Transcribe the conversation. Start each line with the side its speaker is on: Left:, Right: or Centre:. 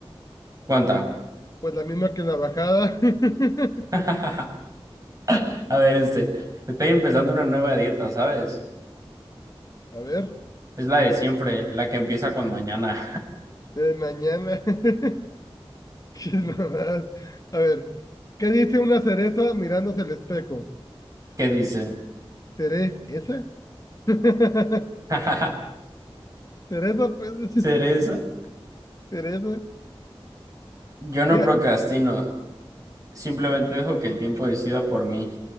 Right: ¿Cuánta?
Left: Pues la misma que en la bajada. <laughs>
Right: <laughs> A ver, este, estoy empezando una nueva dieta, ¿sabes?
Left: A ver,
Right: Es la de siempre, la que empieza con mañana.
Left: eh, mañana. <laughs> Qué mamadas. A ver, ¿qué dice una cereza mirándose el espejo?
Right: <laughs> ¿Qué dice?
Left: ¿Seré esa? <laughs> ¿Teresa?
Right: <laughs>
Left: cereza, Pues, <laughs>
Right: Cereza.
Left: cereza.
Right: Yo no
Left: ¿Qué? ha-
Right: procrastino, simplemente dejo que el tiempo decida por mí.